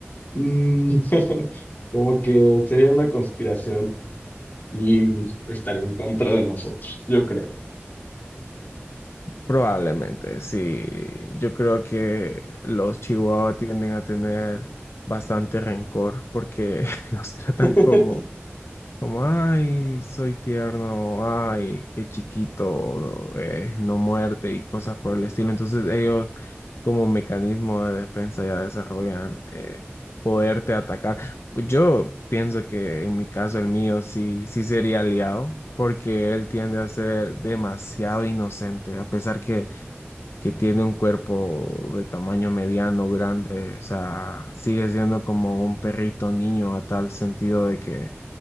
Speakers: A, on the left; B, on the left.
A: Mm, <laughs> como que sería una conspiración y estaría en contra de nosotros, yo creo.
B: Probablemente, sí. Yo creo que los chihuahuas tienden a tener bastante rencor porque <laughs> los tratan
A: <laughs>
B: como Como, ay, soy tierno, ay, qué chiquito, eh, no muerte y cosas por el estilo. Entonces ellos como mecanismo de defensa ya desarrollan eh, poderte atacar. Yo pienso que en mi caso el mío sí, sí sería aliado porque él tiende a ser demasiado inocente, a pesar que, que tiene un cuerpo de tamaño mediano, grande, o sea, sigue siendo como un perrito niño a tal sentido de que